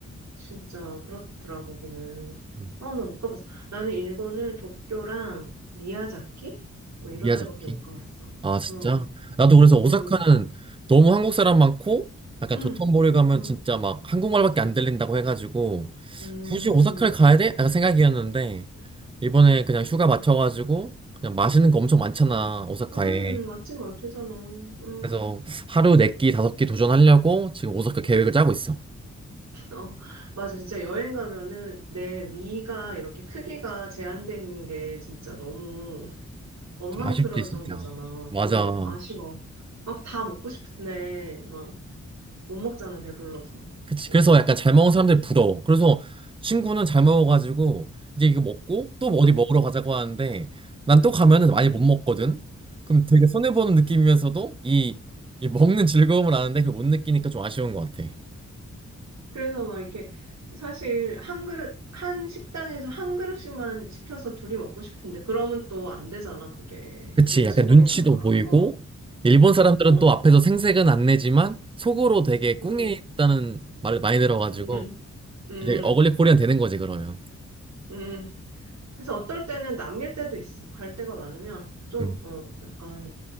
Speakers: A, on the right; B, on the right.
A: 진짜 그렇더라, 거기는.
B: 음,
A: 어, 나 못 가봤어. 나는 일본을 도쿄랑 미야자키? 뭐 이런
B: 미야자키.
A: 데밖에 못 가봤어.
B: 아, 진짜?
A: 응,
B: 나도 그래서 오사카는
A: 응.
B: 너무 한국 사람 많고, 약간
A: 음,
B: 도톤보리 가면
A: 음,
B: 진짜 막 한국말밖에 안 들린다고 해가지고,
A: 음,
B: 굳이 오사카를 가야 돼? 약간 생각이었는데, 이번에 그냥 휴가
A: 음,
B: 맞춰가지고, 그냥 맛있는 거 엄청 많잖아,
A: 음,
B: 오사카에.
A: 음, 맛집 많대잖아. 음,
B: 그래서 하루 네 끼, 다섯 끼 도전하려고 지금 오사카 계획을 짜고 있어.
A: 어, 맞아. 진짜 여행 가면은 내 위가 이렇게 크기가 제한돼 있는 게 진짜 너무 원망스러울
B: 좀 아쉽지, 진짜.
A: 정도잖아.
B: 맞아.
A: 어, 아쉬워. 막 다 먹고 싶은데 막 못 먹잖아, 배불러서.
B: 그치.
A: 어,
B: 그래서 약간 잘 먹은 사람들 부러워. 그래서 친구는 잘 먹어가지고 이제 이거 먹고 또
A: 음,
B: 어디 먹으러 가자고 하는데 난 또 가면은 많이
A: 음.
B: 못 먹거든. 그럼 되게 손해보는 느낌이면서도 이, 이 먹는 즐거움을 아는데 그걸 못 느끼니까 좀 아쉬운 것 같아.
A: 그래서 막 이렇게 사실 한 그릇, 한 식당에서 한 그릇씩만 시켜서 둘이 먹고 싶은데 그러면 또 안 되잖아, 그게.
B: 그치.
A: 눈치
B: 약간
A: 보이잖아.
B: 눈치도 보이고
A: 어.
B: 일본
A: 그래서,
B: 사람들은
A: 어.
B: 또 앞에서 생색은 안 내지만 속으로 되게 꿍해
A: 음,
B: 있다는 말을 많이 들어가지고
A: 음, 음,
B: 이제 어글리 코리안 되는 거지 그러면.
A: 음. 그래서 어떨 때는 남길 때도 있어. 갈 데가 많으면 좀,
B: 음.
A: 어, 약간